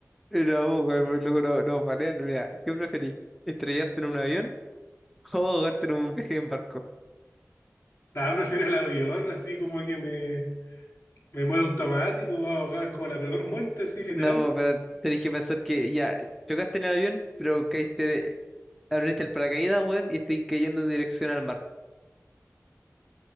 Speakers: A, in the centre; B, on the left (about 55°).
A: No, pues, weón, porque luego no, nos banean, mira, ¿qué preferís? ¿Estrellarte en un avión o ahogarte en un viaje en barco?
B: Nada, prefiero el avión, así como que me, me muero automático, ahogado, es como la peor muerte, así, literal.
A: No, pues, pero tenés que pensar que ya, chocaste en el avión, pero caíste, abriste el paracaídas, weón, y estoy cayendo en dirección al mar.